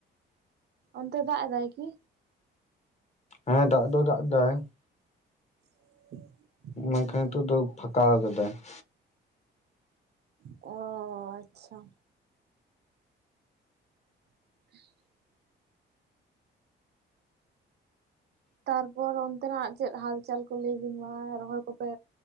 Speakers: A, on the right; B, on the left.
A: ᱚᱱᱛᱮ ᱫᱟᱜ ᱮᱫᱟᱭ ᱠᱤ?
B: ᱦᱮᱸ ᱫᱟᱜ ᱫᱚ ᱫᱟᱜ ᱮᱫᱟᱭ ᱾
A: <inaudible>
B: ᱢᱮᱱᱠᱷᱟᱱ ᱱᱤᱛᱳᱜ ᱫᱚ ᱯᱷᱟᱠᱟ ᱟᱠᱟᱫᱟᱭ ᱾
A: ᱚ ᱟᱪᱪᱷᱟ, <inaudible> ᱛᱟᱨᱯᱚᱨ ᱚᱱᱛᱮᱱᱟᱜ ᱪᱮᱫ ᱦᱟᱞᱪᱟᱞ ᱠᱚ ᱞᱟᱹᱭ ᱵᱤᱱ ᱢᱟ ᱨᱚᱦᱚᱭ ᱠᱚᱯᱮ